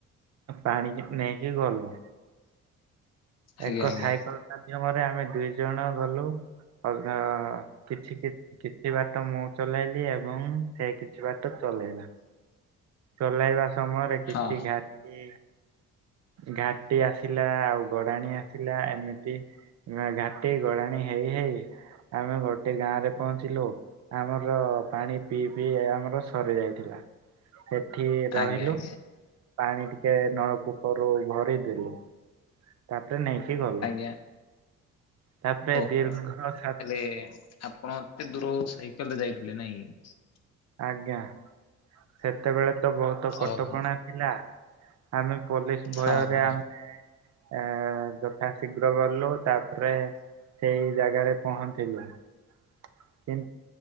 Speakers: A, on the right; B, on the left.
A: ପାଣିକି ନେଇକି ଗଲୁ।
B: ଆଜ୍ଞା
A: ଏକ
B: ଆଜ୍ଞା
A: ସାଇକଲ ମାଧ୍ୟମରେ ଆମେ ଦୁଇ ଜଣ ଗଲୁ। ଅଧା କିଛି କିଛି ବାଟ ମୁଁ ଚଲେଇଲି ଏବଂ ସେ କିଛି ବାଟ ଚ ଚଲେଇଲା। ଚଲେଇବା ସମୟରେ କିଛି
B: ହଁ।
A: ଘାଟି ଘାଟି ଆସିଲା ଆଉ ଗଡାଣି ଆସିଲା ଏମିତି ନା ଘାଟି ଗଡାଣି ହେଇ ହେଇ ଆମେ ଗୋଟେ ଗାଁରେ ପହଞ୍ଚିଲୁ, ଆମର ପାଣି ପିଇ ପିଇ ଆମର ସରି ଯାଇଥିଲା। ସେଠି ରହିଲୁ
B: ଆଜ୍ଞା ଆଜ୍ଞା
A: ପାଣି ଟିକେ ନଳକୂପରୁ ଭରିଦେଲୁ। ତାପରେ ନେଇକି ଗଲୁ।
B: ଆଜ୍ଞା
A: ତାପରେ
B: ଓହୋ
A: ଦୀର୍ଘ
B: ହେଲେ
A: ସା
B: ଆପଣ ଏତେ ଦୂରୁ ସାଇକଲରେ ଯାଇଥିଲେ ନାଇଁ କି।
A: ଆଜ୍ଞା ସେତେବେଳେ ତ ବହୁତ କଟକଣା
B: ଓହୋ
A: ଥିଲା। ଆମେ ପୋଲିସ ଭୟରେ
B: ହଁ ହଁ
A: ଆମେ ଏ ଯ ଥାଶୀଘ୍ର ଗଲୁ ତାପରେ ସେଇ ଜାଗାରେ ପହଞ୍ଚିଲୁ। କି।